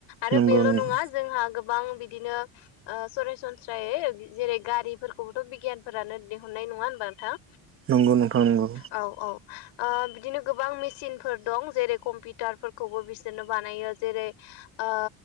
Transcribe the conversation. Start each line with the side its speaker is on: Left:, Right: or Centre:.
Left: आरो
Right: नंगौ
Left: बेल'
Right: नंगौ
Left: नङा जोंहा गोबां बिदिनो ओ सासनस्रायै जेरै गारिफोरखौबोथ' बिगियानफोरानो दिहुनाय नङा होनबा नोंथां
Right: नंगौ नंथां नंगौ
Left: औ औ ओ बिदिनो गोबां मेचनफोर दं जेरै कम्पिउटारफोरखौबो बिसोरनो बानायो जेरै ओ